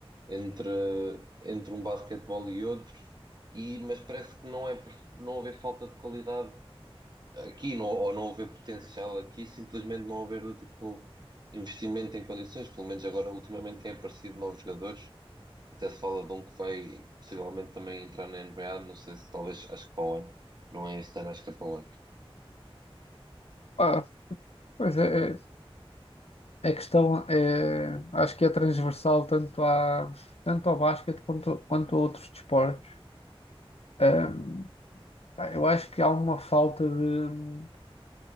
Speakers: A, on the right; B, on the left.
A: Entre, entre um basquetebol e outro, e, mas parece que não é por não haver falta de qualidade aqui não, ou não haver potencial aqui, simplesmente não haver do tipo investimento em condições, pelo menos agora ultimamente têm aparecido novos jogadores, até se fala de um que vai possivelmente também entrar na NBA, não sei se talvez, acho que para o ano, não é este ano, acho que é para o ano.
B: Ah, pois é, é- a questão é, acho que é transversal tanto, à, tanto ao basquete quanto, quanto a outros desportos. Ahm, pá, eu acho que há uma falta de,